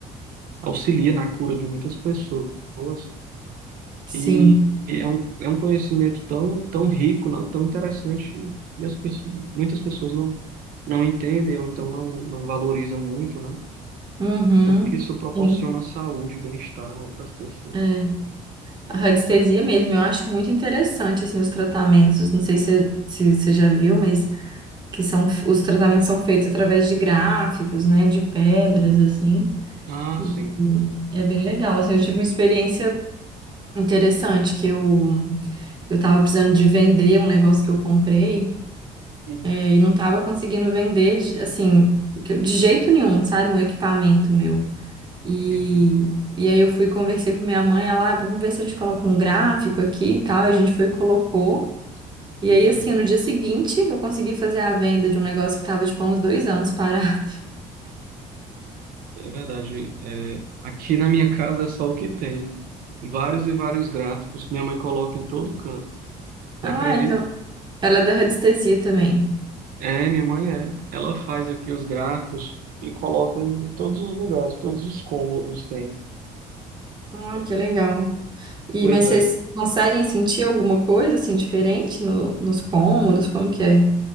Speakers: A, on the right; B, on the right.
A: Auxilia na cura de muitas pessoas.
B: sim.
A: E é um, é um conhecimento tão, tão rico, né, tão interessante, e as pessoas, muitas pessoas não, não entendem ou então não, não valorizam muito, né?
B: Uhum.
A: Tanto que isso proporciona
B: Sim.
A: saúde e bem-estar para as pessoas.
B: É. A radiestesia mesmo, eu acho muito interessante assim os tratamentos. Não sei se se você já viu, mas que são os tratamentos são feitos através de gráficos, né, de pedras assim.
A: Ah,
B: E,
A: sim.
B: e é bem legal. Assim, eu tive uma experiência interessante que eu eu estava precisando de vender um negócio que eu comprei.
A: Uhum.
B: É, E não estava conseguindo vender, de- assim, que- de jeito nenhum, sabe? Um equipamento meu. E,
A: Uhum.
B: e aí eu fui conversei com minha mãe, ela, "Ah, vamos ver se a gente coloca um gráfico aqui e tal. E a gente foi e colocou. E aí,
A: Uhum.
B: assim, no dia seguinte, eu consegui fazer a venda de um negócio que estava, tipo, há uns dois anos parado. <laughs>
A: É verdade. É, aqui na minha casa é só o que tem. Vários e vários gráficos. Minha mãe coloca em todo canto. Você
B: Ah,
A: acredita?
B: então, ela é da radiestesia também.
A: É, minha mãe é. Ela faz aqui os gráficos e coloca em todos os lugares, todos os cômodos tem.
B: Ah, que legal. E,
A: Pois
B: mas
A: é.
B: vocês conseguem sentir alguma coisa, assim, diferente no, nos cômodos? Como que é?